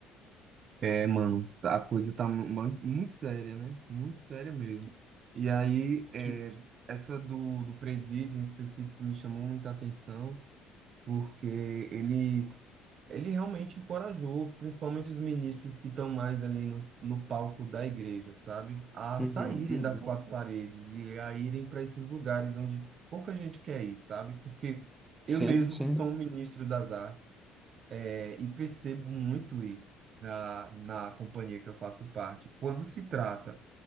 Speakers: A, on the right; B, in the centre.
A: É, mano, a coisa tá mu- mu- muito séria, né? Muito séria mesmo. E aí, é,
B: Tipo,
A: essa do, do presídio em específico me chamou muita atenção, porque ele Ele realmente encorajou, principalmente os ministros que estão mais ali no, no palco da igreja, sabe? A
B: uhum,
A: saírem
B: uhum.
A: das quatro paredes e a irem para esses lugares onde pouca gente quer ir, sabe? Porque
B: Sim,
A: eu mesmo
B: sim.
A: sou um ministro das artes, eh, e percebo muito isso na, na companhia que eu faço parte. Quando se trata